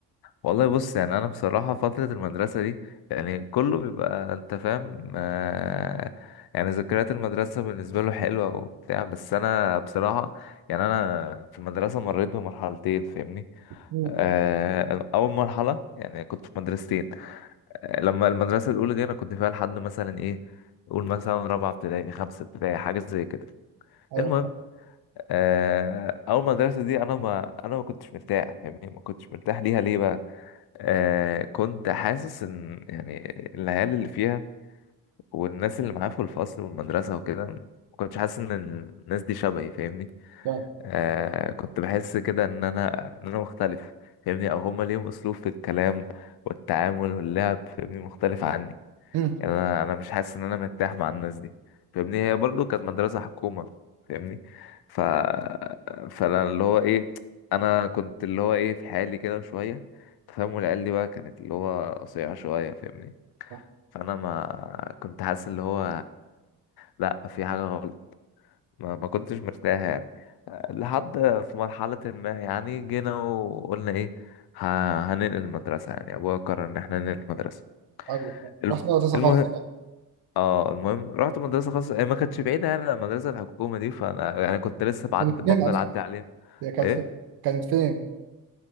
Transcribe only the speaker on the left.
والله بص يعني انا بصراحه فتره المدرسه دي يعني كله بيبقى انت فاهم آه يعني ذكريات المدرسه بالنسبه له حلوه وبتاع بس انا بصراحه يعني انا في المدرسه مريت بمرحلتين فاهمني
آه، أول مرحلة يعني كنت في مدرستين آه، لما المدرسة الأولى دي أنا كنت فيها لحد مثلا إيه قول مثلا رابعة ابتدائي خمسة ابتدائي حاجة زي كده
المهم
آه، أول مدرسة دي أنا ما أنا ما كنتش مرتاح فاهمني ما كنتش مرتاح ليها ليه بقى آه، كنت حاسس إن يعني العيال اللي فيها والناس اللي معايا في الفصل والمدرسة وكده ما كنتش حاسس إن الناس دي شبهي فاهمني
آه كنت بحس كده ان انا ان انا مختلف فاهمني او هما ليهم اسلوب في الكلام والتعامل واللعب فاهمني مختلف عني
يعني انا انا مش حاسس ان انا مرتاح مع الناس دي فاهمني هي برضو كانت مدرسة حكومة فاهمني ف فانا اللي هو ايه انا كنت اللي هو ايه في حالي كده شوية تفهم والعيال دي بقى كانت اللي هو قصيرة شوية فاهمني
فانا ما كنت حاسس اللي هو لا في حاجة غلط ما, ما كنتش مرتاح يعني آه، لحد في مرحلة ما يعني جينا وقلنا ايه ه- هننقل المدرسة يعني ابويا قرر ان احنا ننقل المدرسة
الم-
المهم
اه المهم رحت مدرسة خاصة هي ما كانتش بعيدة يعني عن المدرسة الحكومة دي فانا يعني كنت لسه بعد
بفضل
اعدي عليها
ايه